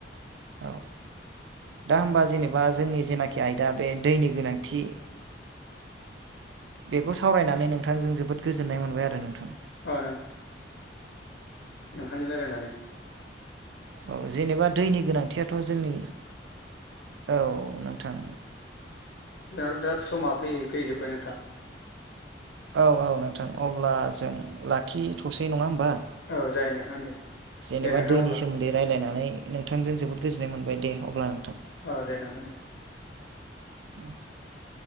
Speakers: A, on the right; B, on the left.
A: औ दा होमबा जेनेबा जोंनि जेनाखि आयदा बे दैनि गोनांथि बेखौ सावरायनानै नोंथांजों जोबोद गोजोननाय मोनबाय आरो नोंथां
B: ओ थांजों रायलायनानै
A: औ जेनेबा दैनि गोनांथियाथ' जोंनि औ नोंथां
B: जोंना दा समा फैयै फैयै जोबबाय नोंथां।
A: औ औ नोंथां अब्ला जों लाखिथ'सै नङा होमबा।
B: औ जायो नोंथां दे
A: जेनेबा
B: दे नोंथां
A: दैनि
B: अब्ला।
A: सोमोन्दै रायलायनानै नोंथांजों जोबोद गोजोननाय मोनबाय दे अब्ला नोंथां।
B: औ दे नोंथां दे।
A: <inaudible>